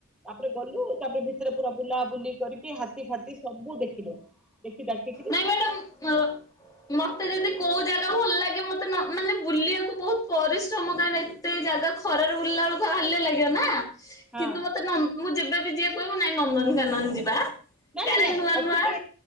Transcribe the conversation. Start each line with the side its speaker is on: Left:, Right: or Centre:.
Centre: ତାପରେ ଗଲୁ ତାପରେ ଭିତରେ ପୁରା ବୁଲାବୁଲି କରି ହାତୀ ଫାତୀ ସବୁ ଦେଖିଲୁ ଦେଖି ଦାଖି।
Left: ନାଇଁ ମ୍ୟାଡାାମ ମତେ ଯଦି କୋଉ ଜାଗା ଭଲ ଲାଗେ। ମତେ ମାନେ ବୁଲିବାକୁ ବହୁତ ପରିଶ୍ରମ କାରଣ ଏତେ ଜାଗା ଖରାରେ ବୁଲିଲା ବେଳକୁ ହାଲ ଭଲ ଲାଗିବ ନା
Centre: ହଁ।
Left: କିନ୍ତୁ ମତେ ନନ୍ ମୁ ଯେ ମତେ ବି ଯିଏ କହେ ମୁଁ ନାଇଁ ନନ୍ଦନକାନନ ଯିବା।
Centre: ନା
Left: କାଳେ
Centre: ନା ନା
Left: ନୂଆ
Centre: ଆକ୍ଚୁଆଲି।
Left: ନୂଆ